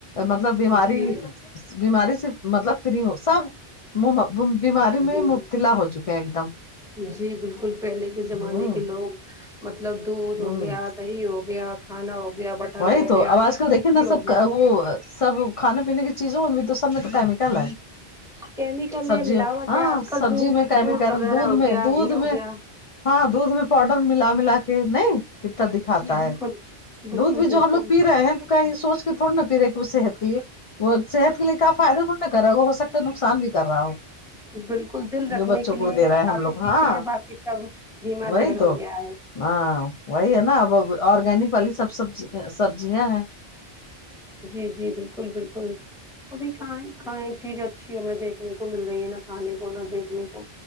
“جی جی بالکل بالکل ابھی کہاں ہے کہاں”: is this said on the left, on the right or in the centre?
Centre